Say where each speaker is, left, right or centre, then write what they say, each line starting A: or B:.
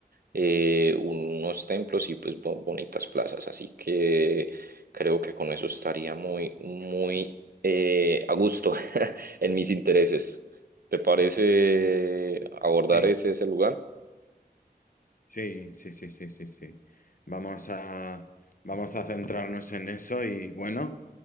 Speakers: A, on the right; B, on the left.
A: eh, unos templos y pues bo- bonitas plazas. Así que creo que con eso estaría muy, muy eh, a gusto <laughs> en mis intereses. ¿Te parece abordar
B: Sí.
A: ese, ese lugar?
B: Sí, sí, sí, sí, sí, sí. Vamos a, vamos a centrarnos en eso y bueno,